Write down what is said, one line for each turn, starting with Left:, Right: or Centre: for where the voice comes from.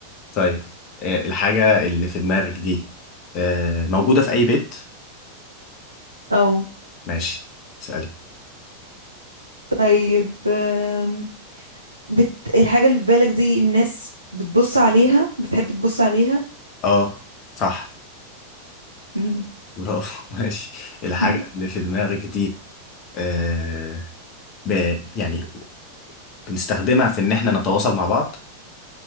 Left: طيب آه، الحاجة اللي في دماغك دي آه، موجودة في أي بيت
Right: او
Left: ماشي سألي
Right: طيب آم، بت... الحاجة اللي في بالك دي الناس بتبص عليها بتحب تبص عليها
Left: اه صح
Right: مم.
Left: برافو <laughs> ماشي الحاجة
Right: <laughs>
Left: اللي في دماغك دي آه ب... يعني بنستخدمها في ان احنا نتواصل مع بعض